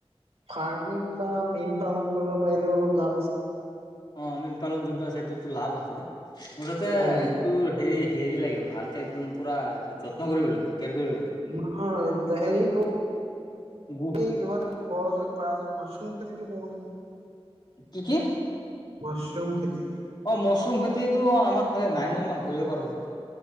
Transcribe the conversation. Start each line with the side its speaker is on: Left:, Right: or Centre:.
Right: ফাৰ্মিং বা মীন পালন কৰিব পাৰিলেও অলপ লাভ আছে।
Left: অ' মীন পালন যোনটো আছে সেইটো তোৰ লাভ আছে, মুঠতে
Right: উম
Left: তোৰ হেৰি হেৰি লাগে ভালকে একদম পুৰা যত্ন কৰিব লাগিব। কেয়াৰ কৰিব লাগিব
Right: ন তেৰি ক
Left: গু
Right: এবাৰ কজ প যায় মাছৰুম খেতিটো কৰো নেকি
Left: কি কি
Right: মাছৰুম খেতি
Left: অ মছৰুম খেতিতটো আমাৰ ফালে নাই ন ইমান কৰিব পাৰোতো